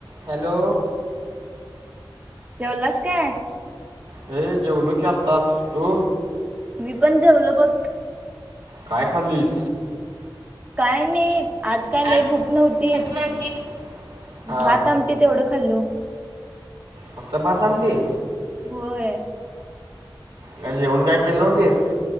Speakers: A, on the right; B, on the right.
A: Hello.
B: जेवलास काय?
A: हे जेवलो की आताच,, तू?
B: मी पण जेवलो बग.
A: काय खाल्लीस?
B: काय नाही,, आजकाय लय
A: आज
B: भूक नव्हती,,
A: भूक नव्हती हा
B: भात आमटी तेवढं खाल्लो.
A: फक्त भातआमटी
B: होय.
A: काय जेवण काय केलं नव्हतीस?